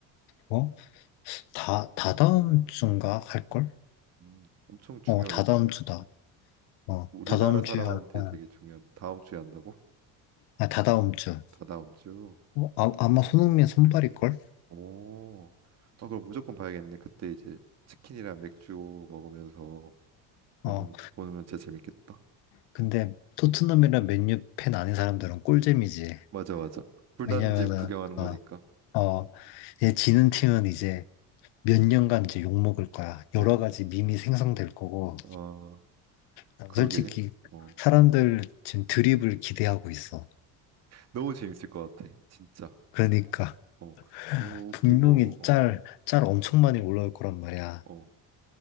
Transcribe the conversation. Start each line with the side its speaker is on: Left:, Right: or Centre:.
Left: 어? 다, 다다음 주인가 할걸?
Right: 음, 음, 엄청 중요하겠다.
Left: 어, 다다음 주다.
Right: 어,
Left: 어,
Right: 우리나라
Left: 다다음
Right: 사람한테
Left: 주에 할 거야.
Right: 되게 중요한. 다음 주에 한다고?
Left: 아, 다다음 주.
Right: 다다음 주.
Left: 어, 아, 아마 손흥민 선발일걸?
Right: 오, 아, 그럼 무조건 봐야겠네. 그때 이제 치킨이랑 맥주 먹으면서 보는
Left: 어,
Right: 보면 진짜 재밌겠다.
Left: 근데 토트넘이랑 맨유 팬 아닌 사람들은 꿀잼이지.
Right: 맞아, 맞아. 불난집
Left: 왜냐면은,
Right: 구경하는 거니까.
Left: 어, 어, 얘 지는 팀은 이제 몇 년간 이제 욕먹을 거야.
Right: 어,
Left: 여러 가지 밈이 생성될 거고.
Right: 아,
Left: 난
Right: 그러게.
Left: 솔직히
Right: 어,
Left: 사람들 지금 드립을 기대하고 있어.
Right: 너무 재밌을 것 같아. 진짜.
Left: 그러니까
Right: 어, 너무
Left: <laughs>
Right: 웃기고.
Left: 분명히 짤, 짤 엄청 많이 올라올 거란 말이야.
Right: 어, 어.